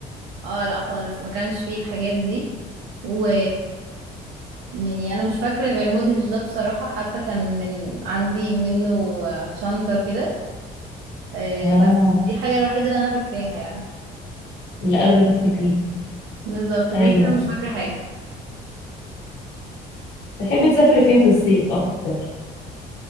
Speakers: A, on the right; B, on the left.
A: اه لا خالص ما كانش فيه الحاجات دي و يعني انا مش فاكرة غير مدهش ده بصراحة حتى كان من عندي منه آه، شنطة كده آه،
B: اه
A: بس دي الحاجة الوحيدة اللي انا فاكراها يعني
B: اللي قادره تفتكريها
A: بالظبط غير
B: ايوه
A: كده مش فاكرة حاجة
B: تحبي تسافري فين في الصيف اكتر